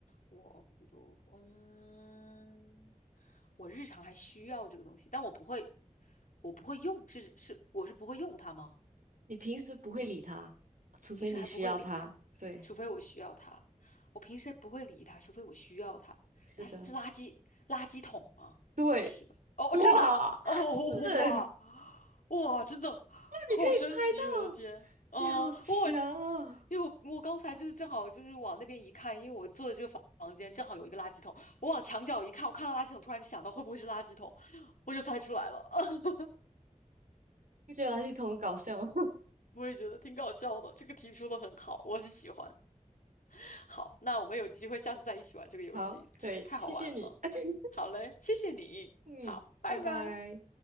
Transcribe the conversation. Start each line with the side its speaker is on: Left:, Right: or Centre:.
Left: 我不，嗯，我日常还需要这个东西，但我不会，我不会用，是是，我是不会用它吗？
Right: 你平时不会理它，除非你需要它。
Left: 平时还不会理他，
Right: 对，
Left: 除非我需要他。我平时不会理他，除非我需要他。
Right: 是的，
Left: 他是垃圾垃圾桶吗？
Right: 对，
Left: 不是吧？哦，
Right: 哇，
Left: 真的啊哦，
Right: <laughs> 是，<laughs>
Left: <laughs> 哇哇，真的好神奇，
Right: 你可以猜到，
Left: 我的天！嗯，
Right: 你好强啊！
Left: 我因为我我刚才就是正好就是往那边一看，因为我坐的这个房间正好有一个垃圾桶，我往墙角一看，我看到垃圾桶，突然就想到会不会是垃圾桶，我就猜出来了。<laughs>
Right: 不觉得垃圾桶很搞笑吗？
Left: 我也觉得挺搞笑的，这个提出的很好，我很喜欢。<laughs> 好，那我们有机会下次再一起玩这个游戏，
Right: 好，可以，
Left: 太太好玩了。
Right: 谢谢你。<laughs>
Left: 好嘞，谢谢你，
Right: 嗯，
Left: 好，拜拜。
Right: 拜拜。